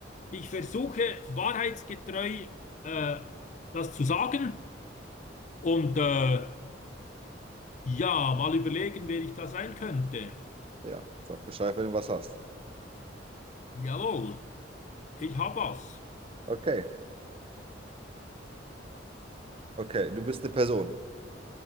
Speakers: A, on the left; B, on the right.
A: Ich versuche wahrheitsgetreu äh, das zu sagen. Und äh, ja, mal überlegen, wer ich da sein könnte.
B: Ja, sag Bescheid, wenn du was hast.
A: Jawohl, ich hab was.
B: Okay, okay, du bist eine Person.